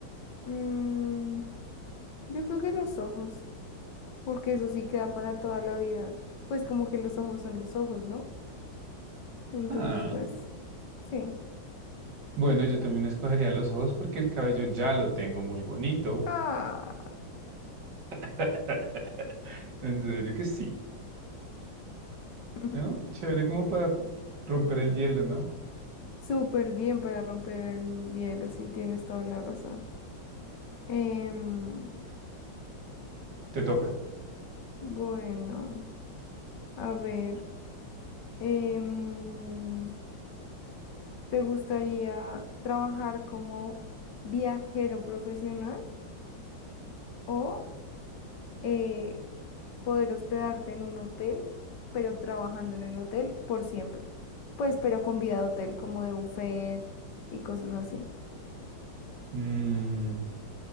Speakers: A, on the left (about 65°); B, on the right (about 60°).
A: Mm, Yo creo que los ojos, porque eso sí queda para toda la vida. Pues como que los ojos son los ojos, ¿no? Entonces,
B: Ah,
A: pues, sí.
B: Bueno, yo también escogería los ojos porque el cabello ya lo tengo muy bonito.
A: Ah,
B: <laughs> En serio que sí,
A: <laughs>
B: ¿no? Chévere como para romper el hielo, ¿no?
A: súper bien para romper el hielo, sí, tienes toda la razón. Em,
B: Te toca.
A: bueno, a ver, em, ¿te gustaría trabajar como viajero profesional o eh, poder hospedarte en un hotel, pero trabajando en el hotel por siempre. Pues, pero con vida de hotel, como de buffet y cosas así.
B: Mm,